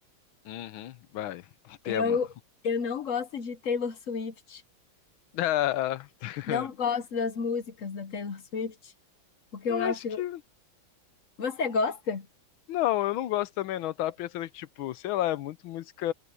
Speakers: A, on the left; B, on the left.
A: Uhum, vai. Tema.
B: Eu, eu não gosto de Taylor Swift,
A: Ah, <laughs>
B: não gosto das músicas da Taylor Swift, porque
A: eu
B: eu acho.
A: acho que.
B: Você gosta?
A: Não, eu não gosto também, não. Eu tava pensando que, tipo, sei lá, é muito música